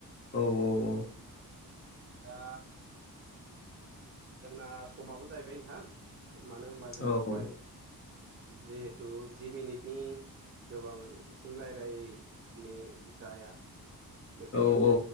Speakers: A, on the left (about 35°); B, on the right (about 35°).
A: औ औ औ
B: दा जोंना समाबो जाहैबाय नोंथां। मानो होमबा जों
A: औ
B: बावहाय जिहेथु जि मिनिटनि गोबां सिम रायलाय नो जाया। बेखायनो
A: औ औ